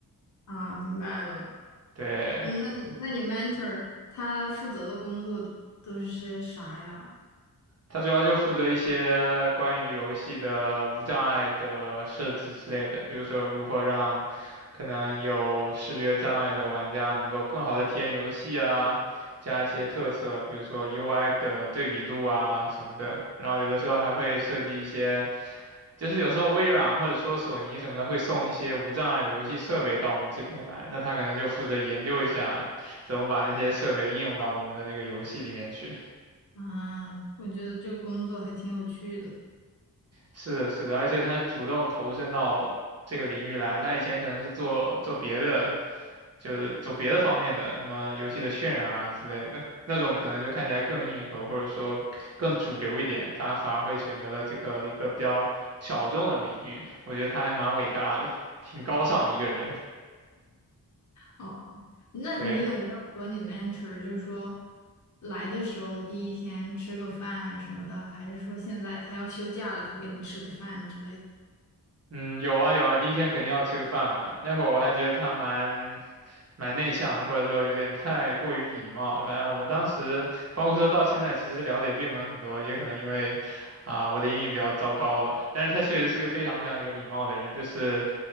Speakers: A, on the left; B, on the right.
A: 啊，明白了。
B: 对，
A: 嗯那你那你 mentor 他负责的工作都是些啥呀？
B: 它主要就负责一些关于游戏的无障碍的设置之类的，比如说如何让可能有视觉障碍的玩家能够更好的体验游戏啊，加一些特色，比如说 UI 的对比度啊什么的。然后有的时候还会设计一些，就是有时候微软或者说索尼什么的会送一些无障碍的游戏设备到我们这边来，那他可能就负责研究一下怎么把那些设备应用到我们的那个游戏里面去。
A: 啊，我觉得这个工作还挺有趣的。
B: 是的，是的，而且他是主动投身到这个领域来，他以前可能是做做别的，就是走别的方面的，什么游戏的渲染啊之类的，那种可能就看起来更硬核，或者说更主流一点，他反而会选择了这个一个比较小众的领域，我觉得他还蛮伟大的，挺高尚的一个人。
A: 哦。那你有没有和你的
B: 对，
A: mentor 就是说来的时候第一天吃个饭什么的，还是说现在他要休假了，他给你吃个饭之类的？
B: 嗯，有啊有啊，第一天肯定要吃个饭嘛，那会儿我还觉得他蛮蛮内向的，或者说有点太过于礼貌。反正我们当时，包括说到现在，其实聊的并没有很多，也可能因为啊、我的英语比较糟糕吧。但是他确实是个非常非常有礼貌的人，就是